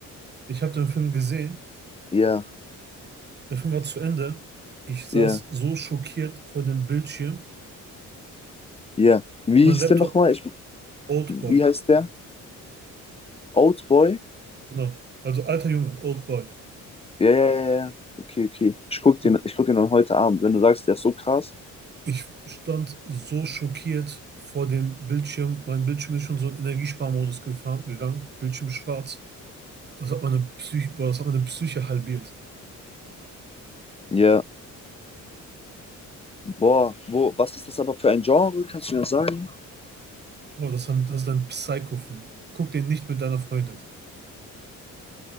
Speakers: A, on the right; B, on the left.
A: Ich habe den Film gesehen.
B: Ja,
A: Der Film war zu Ende. Ich saß
B: ja,
A: so schockiert vor dem Bildschirm.
B: ja. Wie
A: Mein
B: hieß
A: Laptop,
B: der nochmal? Ich,
A: Old
B: wie
A: Boy.
B: heißt der? Oldboy?
A: Genau. Also alter Junge, Old Boy.
B: Ja, ja, ja, ja. Okay, okay. Ich guck den,
A: Boah,
B: ich guck den dann heute Abend. Wenn du sagst, der ist so krass.
A: Ich stand so schockiert vor dem Bildschirm. Mein Bildschirm ist schon so in Energiesparmodus gefahren, gegangen. Bildschirm schwarz. Das hat meine Psyche, boah, das hat meine Psyche halbiert.
B: Ja. Boah, wo, was ist das aber für ein Genre? Kannst du mir das sagen?
A: Boah, das, haben- das ist ein Psycho-Film. Guck den nicht mit deiner Freundin.